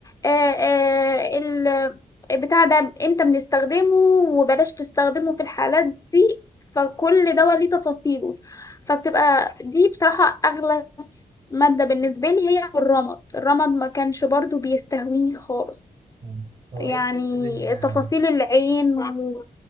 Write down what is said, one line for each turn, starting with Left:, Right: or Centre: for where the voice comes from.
Left: آه، آه، ال بتاع ده امتى بنستخدمه وبلاش تستخدمه في الحالات دي فكل دواء ليه تفاصيله فبتبقى دي بصراحة أغلى مادة بالنسبة لي هي الرمد الرمد ما كانش برضو بيستهويني خالص
Right: مم. هو
Left: يعني
Right: ايه الفرق بين آه،
Left: تفاصيل العين و...